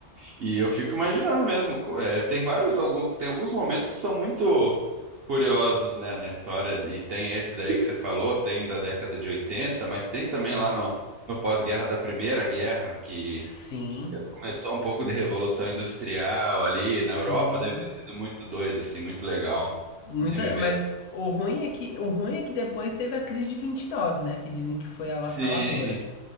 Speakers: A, on the right; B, on the left.
A: E eu fico imaginando mesmo. co- é, tem vários, alguns, tem alguns momentos que são muito curiosos, né, na história. E tem esse daí que você falou, tem da década de 80. mas tem também
B: Sim,
A: lá no, no pós-guerra da Primeira Guerra, que,
B: sim,
A: que começou um pouco de revolução industrial ali
B: sim.
A: na Europa. Deve ter sido muito doido, assim, muito legal
B: Muita,
A: de viver.
B: mas o ruim é que o ruim é que depois teve a crise de 29, né, que dizem que foi avassaladora.
A: Sim.